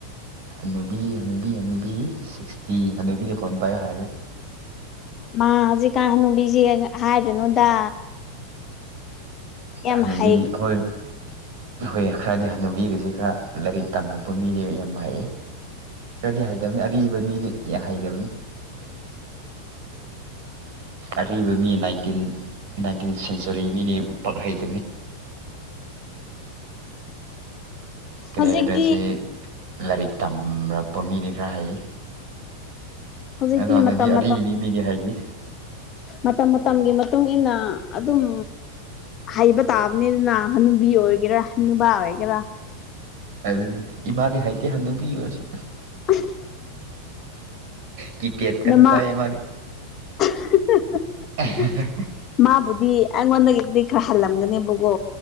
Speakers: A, on the right (about 50°); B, on the left (about 30°).
A: ꯍꯅꯨꯕꯤ ꯍꯅꯨꯕꯤ ꯍꯅꯨꯕꯤ ꯁꯤꯛꯁꯇꯤ ꯍꯅꯕꯤꯒ ꯐꯣꯟ ꯄꯥꯏꯕ ꯍꯩꯔꯣꯏ
B: ꯃꯥ ꯍꯧꯖꯤꯛꯀꯥꯟ ꯍꯅꯨꯕꯤꯖꯤ ꯑꯅ ꯍꯥꯏꯔꯨꯅꯨꯗ ꯌꯥꯝ
A: ꯍꯅꯨꯕꯤꯗꯤ
B: ꯍꯩ
A: ꯍꯣꯏ ꯍꯣꯏ ꯈꯔꯗꯤ ꯍꯅꯨꯕꯤꯒꯖꯦ ꯈꯔ ꯂꯥꯏꯔꯤꯛ ꯇꯝꯔꯛꯄ ꯃꯤꯅꯦ ꯌꯥꯝ ꯍꯩꯌꯦ ꯈꯔꯗꯤ ꯍꯩꯇꯕꯅꯤ ꯑꯔꯤꯕ ꯃꯤꯗꯤ ꯀꯌꯥ ꯍꯩꯗꯕꯅꯤ ꯑꯔꯤꯕ ꯃꯤ ꯅꯥꯏꯟꯇꯤꯟ ꯅꯥꯏꯟꯇꯤꯟ ꯁꯦꯟꯆꯨꯔꯤ ꯃꯤꯅꯤ ꯄꯥꯛ ꯍꯩꯇꯕꯅꯤ ꯀꯔꯤ
B: ꯍꯧꯖꯤꯛꯇꯤ
A: ꯍꯥꯏꯒꯗꯔꯁꯤ ꯂꯥꯏꯔꯤꯛ ꯇꯝꯔꯛꯄ ꯃꯤꯗꯤ ꯈꯔ ꯍꯩꯌꯦ
B: ꯍꯧꯖꯤꯛꯇꯤ
A: ꯑꯗꯨ ꯍꯥꯟꯅꯗꯤ
B: ꯃꯇꯝ
A: ꯑꯔꯤꯕꯤ
B: ꯃꯇꯝ
A: ꯃꯤꯗꯤ ꯍꯩꯕꯅꯤ
B: ꯃꯇꯝ ꯃꯇꯝꯒꯤ ꯃꯇꯨꯡ ꯏꯟꯅ ꯑꯗꯨꯝ ꯍꯩꯕ ꯇꯥꯕꯅꯤꯗꯅ ꯍꯅꯨꯕꯤ ꯑꯣꯏꯒꯦꯔ ꯍꯅꯨꯕꯥ ꯑꯣꯏꯒꯦꯔ
A: ꯑꯗꯨꯅꯤ ꯏꯃꯥꯗꯤ ꯍꯩꯇꯦ ꯍꯅꯨꯕꯤ ꯑꯣꯏꯔꯁꯨ
B: <unintelligible>
A: ꯀꯤ ꯄꯦꯠ ꯀꯟꯅ
B: ꯅꯃꯥ
A: ꯄꯥꯏ ꯃꯥꯗꯤ
B: <unintelligible>
A: <unintelligible>
B: ꯃꯥꯕꯨꯗꯤ ꯑꯩꯉꯣꯟꯗꯒꯤꯗꯤ ꯈꯔ ꯍꯜꯂꯝꯒꯅꯦꯕꯀꯣ